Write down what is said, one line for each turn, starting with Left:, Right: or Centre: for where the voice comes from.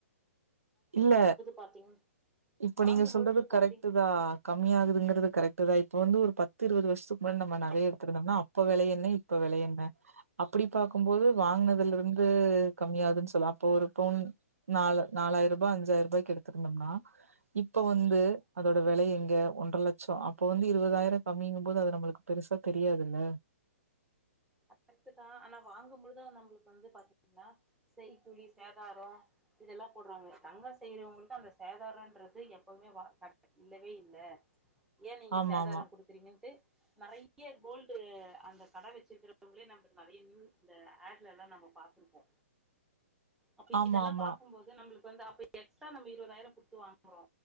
Right: இல்ல
Centre: பாத்தீங்
Right: இப்ப
Centre: வாங்கும்பொழுது
Right: நீங்க சொல்றது கரெக்ட்டு
Centre: பாத்தீங்
Right: தா கம்மியாகுதுங்கிறது கரெக்ட் தா இப்போ வந்து ஒரு பத்து இருபது வருசதுக்கு முன்னாடி நம்ம நகைய எடுத்திருந்தோம்னா அப்ப வெலை என்ன இப்ப வெலை என்ன அப்படி பாக்கும்போது வாங்கினதுல இருந்து கம்மியாதுன்னு சொல்லலா அப்ப ஒரு பவுன் நாலு நாலாயிர ரூபா அஞ்சாயிரூபாய்க்கு எடுத்திருந்தோம்னா இப்ப வந்து அதோட வெலை எங்க ஒன்ற லட்சோ அப்ப வந்து இருபதாயிரோ கம்மிங்கும்போது அத நம்மளுக்கு பெருசா தெரியாதுல்ல
Centre: கரெக்ட்டு தா ஆனா வாங்கும் போது நம்மளுக்கு வந்து பாத்தீங்கன்னா செய்க்கூலி சேதாரோ இதெல்லா போடுறாங்க தங்க செய்யறவங்களுக்கு அந்த சேதாரோன்றது எப்பவுமே வ த இல்லவே இல்ல ஏ நீங்க
Right: ஆமா
Centre: சேதாரோ
Right: ஆமா
Centre: குடுக்குறீங்கன்ட்டு நெறைய கோல்டு அந்த கடை வச்சிருக்கங்க அதுளேயே நம்மக்கு நறைய நியூஸ் இந்த ஆட்ஸ் எல்லா நம்ம பாத்திருப்போ அப்ப
Right: ஆமா
Centre: இதெல்லா
Right: ஆமா
Centre: பாக்கும்போது நம்மளுக்கு வந்து அப்ப எக்ஸ்ட்ரா நம்ம இருபதாயிரோ குடுத்து வாங்குறோ